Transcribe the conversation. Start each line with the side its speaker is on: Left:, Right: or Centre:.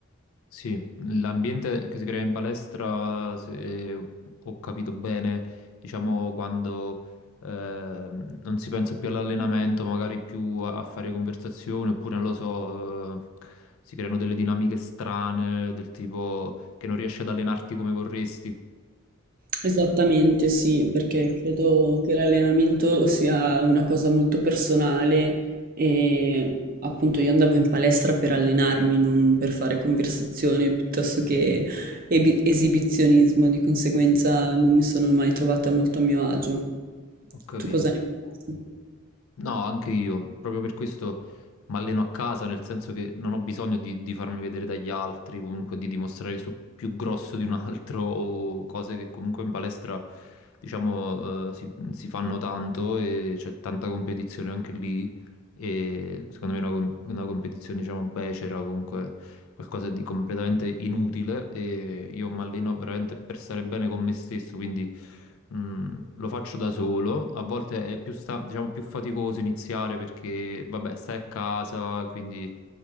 Left: Sì, l'ambiente che si crea in palestra, se ho capito bene, diciamo quando ehm, non si pensa più all'allenamento, magari più a, a fare conversazione, oppure non lo so, eh, si creano delle dinamiche strane del tipo che non riesci ad allenarti come vorresti.
Right: Esattamente, sì, perché credo che l'allenamento sia una cosa molto personale e appunto io andavo in palestra per allenarmi, non per fare conversazione piuttosto che ebi- esibizionismo, di conseguenza non mi sono mai trovata molto a mio agio.
Left: Ho capito.
Right: Tu cosa ne pensi?
Left: No, anche io, proprio per questo mi alleno a casa, nel senso che non ho bisogno di, di farmi vedere dagli altri, comunque di dimostrare che sono più grosso di un altro o cose che comunque in palestra, diciamo, eh, si, si fanno tanto e c'è tanta competizione anche lì e secondo me è una, com- una competizione, diciamo, becera, comunque qualcosa di completamente inutile e io mi alleno veramente per stare bene con me stesso, quindi mh, lo faccio da solo. A volte è più, sta- diciamo, più faticoso iniziare perché, vabbè, stai a casa, quindi